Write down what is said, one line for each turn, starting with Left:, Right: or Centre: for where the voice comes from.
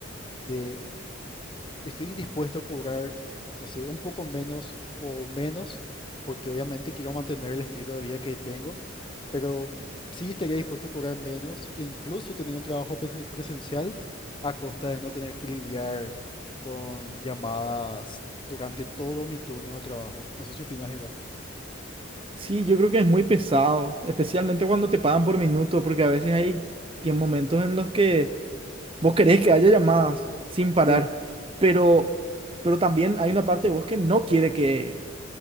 Left: de estoy dispuesto a cobrar, no sé, un poco menos o menos, porque obviamente quiero mantener el estilo de vida que tengo, pero sí estaría dispuesto a cobrar menos e incluso tener un trabajo presen- presencial a costa de no tener que lidiar con llamadas durante todo mi turno de trabajo. No sé si opinas igual.
Right: Sí, yo creo que es muy pesado, especialmente cuando te pagan por minuto, porque a veces hay que momentos en los que vos querés que haya llamadas sin parar,
Left: Sí,
Right: pero, pero también hay una parte de vos que no quiere que